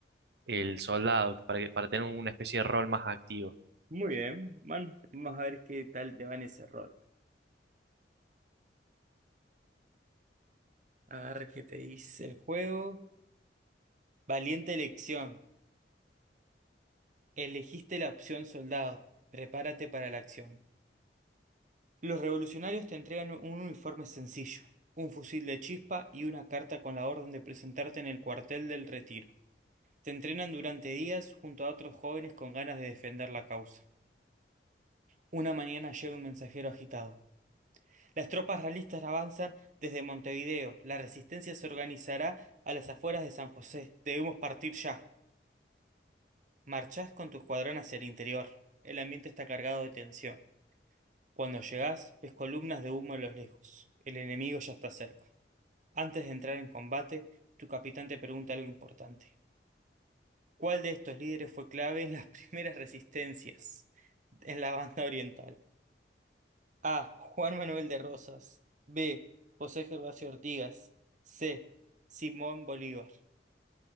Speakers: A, on the right; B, on the right.
A: el soldado para, que- para tener una especie de rol más activo.
B: Muy bien, man, vamos a ver qué tal te va en ese rol. A ver qué te dice el juego. Valiente elección. Elegiste la opción soldado. Prepárate para la acción. Los revolucionarios te entregan un uniforme sencillo, un fusil de chispa y una carta con la orden de presentarte en el cuartel del Retiro. Te entrenan durante días junto a otros jóvenes con ganas de defender la causa. Una mañana llega un mensajero agitado. Las tropas realistas avanzan desde Montevideo. La resistencia se organizará a las afueras de San José. Debemos partir ya. Marchás con tu escuadrón hacia el interior. El ambiente está cargado de tensión. Cuando llegás, ves columnas de humo a los lejos. El enemigo ya está cerca. Antes de entrar en combate, tu capitán te pregunta algo importante. ¿Cuál de estos líderes fue clave en las <laughs> primeras resistencias en la banda oriental? A. Juan Manuel de Rosas. B. José Gervasio Ortigas. C. Simón Bolívar.